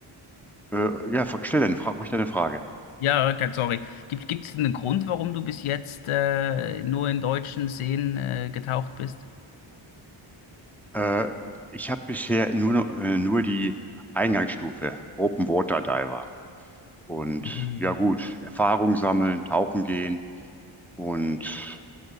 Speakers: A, in the centre; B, on the left (about 80°).
A: äh, ja, stell deine Frage, ruhig deine Frage.
B: ja, kein, sorry, gibt gibt es denn einen Grund, warum du bis jetzt äh, nur in deutschen Seen äh, getaucht bist?
A: Äh, ich habe bisher nur, noch- äh, nur die Eingangsstufe Open Water Diver. Und
B: Mhm.
A: ja gut, Erfahrung sammeln, tauchen gehen. Und